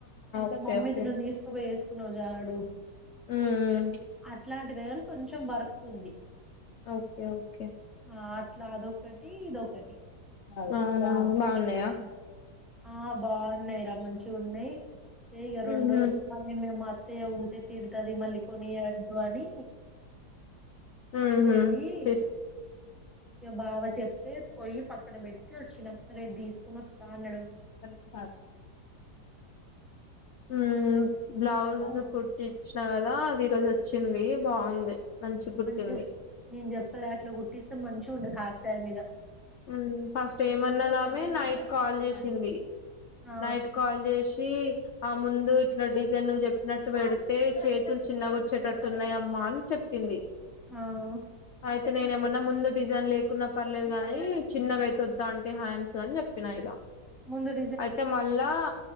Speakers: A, on the left; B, in the centre.
A: ఓకే
B: మమ్మీది
A: ఓకే
B: ను్ తీసుకుపోయేసు నోజా నడు
A: మ్మ్ మ్మ్
B: ఇట్లాంటిది కానీ కొంచెం వర్క్ ఉంది
A: ఓకే ఓకే
B: ఆ అట్లా అదొకటీ ఇదొకటి
A: అవునా బాగున్నాయా
B: ఊఁ ఆ బావున్నాయి రా మంచి గున్నయ్ ఇగ రెండు
A: ఉహు
B: ఉస్మానియా మే మార్ట్ తే ఉంటేత్ తిడ్తది మళ్ళీ కొనియ్యద్దు అనీ
A: ఉహు
B: పొయ్యి
A: తీస్
B: ఇక బావ చెప్తే పొయ్యి పక్కన పెట్టి వచ్చినాం రేపు దీస్కొనొస్త అన్నడు
A: బ్లాన్ సార్ ఊఁ బ్లౌ బ్లౌజు
B: అవును
A: కుట్టిచ్చాల్ దా అది ఈరోజొచ్చిందీ బాగుంది మంచి కుట్టింది
B: మంచు నేన్ జెప్పలా అట్లా కుట్టిస్తే మంచిగుండదు హ్యాట్ సర్మీద
A: ఊఁ ఫస్ట్ ఏమన్నదామె నైట్
B: పోయినావ్
A: కాల్ జేసిందీ
B: ఆ
A: నైట్ కాల్ జేషీ ఆ ముందు ఇట్లా డిజైన్ నువ్వు జెప్పినట్టు పెడితే చేతుల్ చిన్నగొచ్చేటట్టు ఉన్నయమ్మా అన్ చెప్పింది
B: ఆహ్
A: అయితే నేనేమన్న ముందు డిజైన్ లేకున్నా పర్లేదు గానీ చిన్నగైతే వద్దాంటి హ్యాండ్స్ అన్జెప్పినా ఇగ
B: ముందుడ్
A: ఐతె మళ్ళా